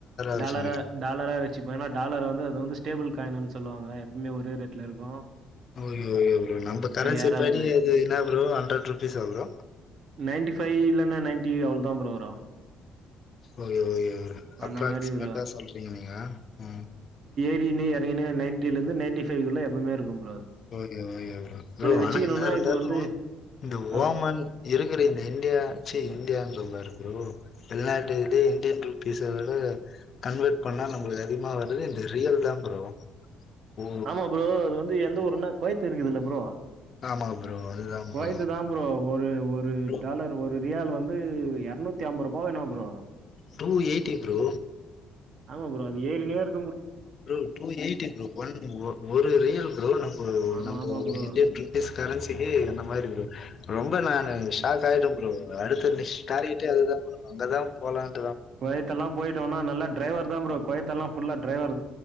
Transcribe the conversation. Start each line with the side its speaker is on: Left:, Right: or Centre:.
Left: வச்சுனுக்கிறீங்க
Right: டாலரா டாலரா வச்சுப்பே ஏன்னா டாலர் வந்து அது வந்து ஸ்டேபிள் காயின்னு சொல்லுவாங்க எப்பவுமே ஒரே ரேட் இருக்கும்
Left: ஓகே ஓகே ப்ரோ நம்ப கரன்சிப்படி
Right: ஏறாது
Left: அது என்ன ப்ரோ ஹண்ட்ரட் ருபீஸா ப்ரோ
Right: நைன்டி ஃஒபைவ் இல்லன்னா நைன்டி அவ்ள தான் ப்ரோ வரு
Left: ஓகே ஓகே அப்ராக்சிமேட்டா
Right: அந்த மாரி ப்ரோ
Left: சொல்றீங்கல ம்
Right: எறங்கின்னு நைன்டில இருந்து நைன்டி ஃபைவ் எப்பமே இருக்கும்
Left: ஓகே ஓகே ப்ரோ
Right: வச்சுக்கணும்னா
Left: ஆனா என்ன இருந்தாலும்
Right: இப்போ வந்து
Left: இந்த
Right: ஆ
Left: ஓமன்
Right: ப்ரோ
Left: இருக்கிற இந்தியாச்சி இந்தியான் சொா ப்எரோ வெளிநாட்டு இருந்து இந்தியன் ருப்பீஸ் விட கன்வெர்ட் பண்ணா நம்மளுக்கு அதிகமா வருது இந்த ரியல் தான் ப்ரோ ஓ
Right: ஆமா ப்ரோ அது வந்து எந்த ஊருன்னா கோய்த்து இருக்குதுல்ல ப்ரோ
Left: ஆமா ப்ரோ அதுதா
Right: குவைத்
Left: ப்ரோ
Right: தான் ப்ரோ ஒரு ஒரு
Left: ப்ரோ
Right: டாலர் ஒரு ரியால் வந்து எரநூத்தி அம்பருபா என்ன ப்ரோ
Left: டூ எய்ட்டி ப்ரோ
Right: ஆமா ப்ரோ அது ஏரின்னேருக்
Left: bro two eighty bro one bro ஒரு ரியால் ப்ரோ நம்ப
Right: ஆமா
Left: நம்ப
Right: ஆமா
Left: ஒரு
Right: ப்ரோ
Left: இன்டியன் ருப்பீஸ் கரன்சிக்கு அந்த மாரி ப்ரோ ரொம் ப நானு ஷாக்காய்ட்ட ப்ரோ அடுத்து நெஸ்ட் டார்கெட்டே அதுதா ப்ரோ அங்கதா போலான்
Right: குவைத்தல்லா போய்ட்டோன்னா நல்லா ட்ரைவர் தா ப்ரோ குவைத்தல்லா ஃபுல்லா ட்ரைவர்